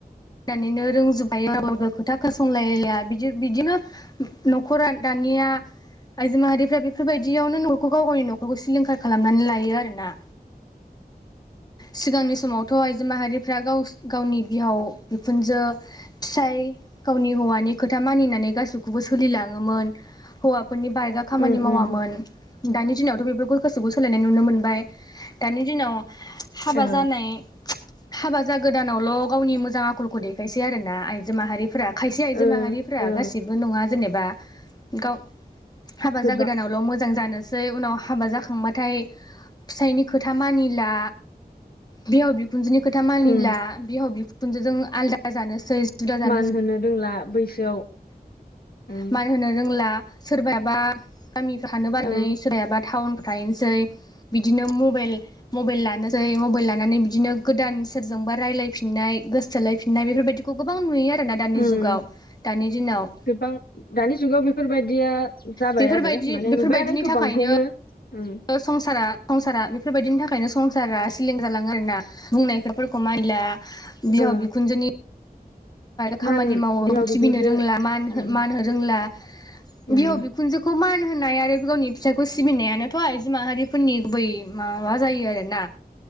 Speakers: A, on the left (about 25°); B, on the left (about 70°).
A: नैनो रोंजोबा खायो रावबो <unintelligible> खोथा खोनासंलायलाया बिदि बिदिनो न'खरा दानिया ओ आइजो माहारिफ्रा बेफोरबायदियावनो न'खौ गाव गावनि न'खरखौ सिलिंखार खालामनानै लायो आरो ना
B: <inaudible>
A: सिगांनि समावथ' आइजो माहारिफ्रा गाव गावनि बिहाव बिखुनजो फिसाय गावनि हौवानि खोथा मानिनानै गासैखौबो सोलिलां नोयोमोन हौवाफोरानि बारगा खामानि
B: उम
A: मावामोन
B: उम
A: दानि दिनावथ बेफोरखौ गोसिबो सोलायनाय नुनो मोनबाय दानि दिनाव हाबा
B: औ
A: जानाया हाबा जा गोदानावल' गावनि मोजां आखलखौ देखायसै आरो ना आइजो माहारिफोरा खायसे आयजो
B: ओ
A: माहारिफ्रा
B: औ
A: गासिबो नङा जेनेबा गावो हाबा
B: गोबां
A: जा गोदानावल' मोजां जानोसै उनाव हाबा जाखांबाथायो फिसायनि खोथा मानिला बिहाव बिखुनजोनि खोथा मानिला
B: उम
A: बिहाव बिखुनजोआ खुनजों जों आलदा जानोसै
B: मान होनो रोंला बैसोआव उम
A: <unintelligible> मान होनो रोंला सोरबायाबा गामियाव <unintelligible> थानो बानानै
B: ओं
A: सोरबायाबा टाउनफोराव थाहैनोसै बिदिनो मबाइल मबाइल लानोसै मबाइल लानानै बिदिनो गोदान सोरजोंबा रायलायफिननाय थोलायफिननाय बेफोरबादिखौ गोबां नुयो आरोना दानि
B: उम
A: जुगाव दानि दिनाव
B: गोबां दानि जुगाव बेफोरबायदिया जाबाय
A: बेफोरबायदि
B: आरो माने
A: बेफोरबायदिनि
B: नुबायानो गोबांखौनो
A: थाखायनो
B: उम
A: संसारा संसारा बे बेफोरबायदिनि थाखायनो संसारा सिलिंखार जालाङो आरो ना बुंनायफोरखौ मानिला बिहाव
B: ओ
A: बिखुनजोनि खामानि
B: मान
A: मावो
B: बिहाव
A: ओं सिबिनो
B: बिखुनजो
A: रोंला मान होनो
B: उम
A: रोंला
B: उम
A: बिहाव बिखुनजोखौ मान होनाय आरो गावनि फिसाइखौ सिबिनायानोथ' आइजो माहारिफोरनि गुबै हा माबा जायो आरो ना